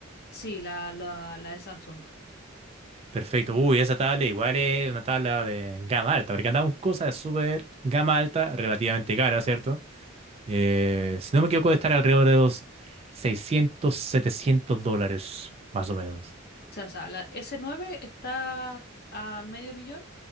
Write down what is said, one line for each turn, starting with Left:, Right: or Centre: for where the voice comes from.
Left: Sí, la, la, la de Samsung.
Right: Perfecto. Uy, esa tablet igual es una tabla de gama alta, porque andamos con cosas de súper gama alta, relativamente cara, ¿cierto? Eh, si no me equivoco, de estar alrededor de los 600 700 dólares, más o menos.
Left: O sea, o sea, la S9 está a medio millón